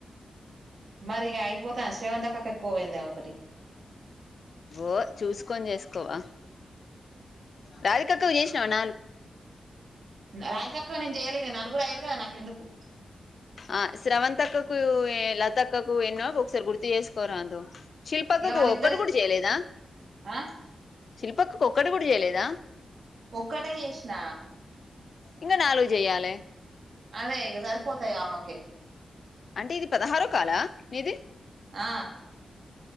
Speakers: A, on the right; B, on the left.
A: మరి ఇగ అయిపోతా శ్రావంతి అక్కకు ఎక్కువ పోయిందేమో ఒకటి
B: ఓ చూసుకొని చేసుకోవా రాధిక్కకు చేసినావా నాలు
A: రాధిక్కకు నేను చేయలే నాలుగురు అయరు కదా నాకు ఎందుకు
B: ఆ శ్రావంతక్క కు లత అక్కకు ఎన్నో ఒకసారి గుర్తు చేసుకో రాదు శిల్పక్కకు
A: ఇగ వాళ్ళిద్దరికి
B: ఒక్కటి కూడా చేయలేదా
A: ఆ
B: శిల్పక్కకు ఒక్కటి కూడా చేయలేదా
A: ఒక్కటే చేసిన
B: ఇంగా నాలుగు చెయ్యాలే
A: అదే ఇగ సరిపోతాయి ఆమెకే
B: అంటే ఇది పదహారో కాలా నీది
A: ఆ